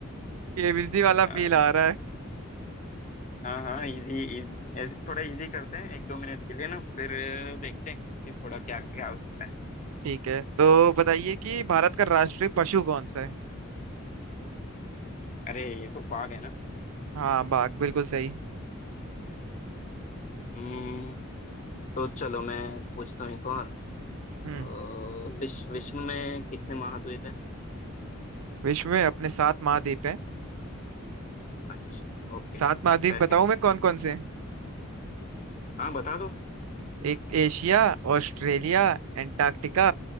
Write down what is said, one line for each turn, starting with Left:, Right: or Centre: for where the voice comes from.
Right: केबीसी वाला
Left: हाँ
Right: फील आ रहा है
Left: हाँ हाँ इजी इजी ऐसे थोड़ा इजी करते हैं एक दो मिनट के लिए ना फिर देखते हैं कि थोड़ा क्या क्या हो सकता है
Right: ठीक है तो बताइए कि भारत का राष्ट्रीय पशु कौन सा है
Left: अरे ये तो बाघ है ना
Right: हाँ बाघ बिल्कुल सही
Left: हम्म, तो चलो मैं पूछता हूँ एक और
Right: हम्म
Left: अ, विश्व विश्व में कितने महाद्वीप हैं
Right: विश्व में अपने सात महाद्वीप हैं
Left: अच्छा ओके
Right: सात महाद्वीप
Left: अच्छा
Right: बताऊं
Left: है
Right: मैं कौन कौन से हैं
Left: <laughs> हाँ बता दो
Right: एक Asia Australia Antarctica